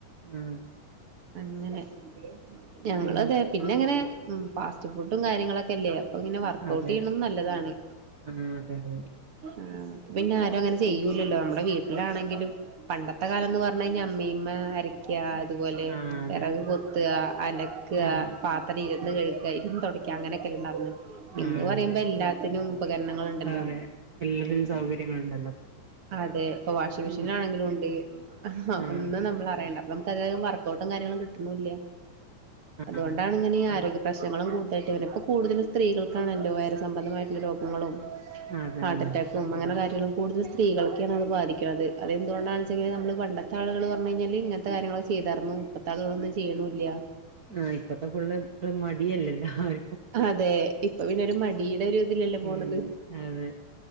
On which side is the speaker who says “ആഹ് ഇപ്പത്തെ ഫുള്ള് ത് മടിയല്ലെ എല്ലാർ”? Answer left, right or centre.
Right